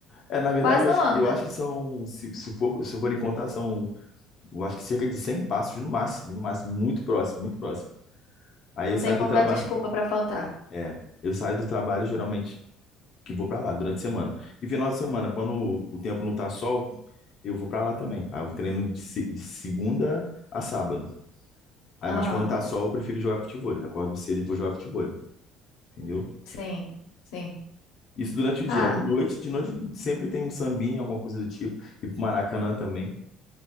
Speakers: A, on the left; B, on the left.
A: É, na verdade,
B: Quase não
A: eu acho,
B: anda.
A: eu acho que são, se, se for, se forem contar, são, eu acho que cerca de 100 passos no máximo, no máximo, muito próximo, muito próximo. Aí
B: Não
A: eu saio
B: tem como
A: do trabalho,
B: dar desculpa pra faltar.
A: é, eu saio do trabalho geralmente e vou para lá durante a semana. E final de semana, quando o tempo não tá sol, eu vou pra lá também. Aí eu treino de, se- de segunda a sábado. Aí,
B: Aham.
A: mas quando tá sol, eu prefiro jogar futevôlei. Acordo cedo e vou jogar futevôlei, entendeu?
B: Sim, sim.
A: Isso durante o dia.
B: Ah,
A: Aí De noite, de noite sempre tem um sambinha, alguma coisa do tipo. E pro Maracanã também.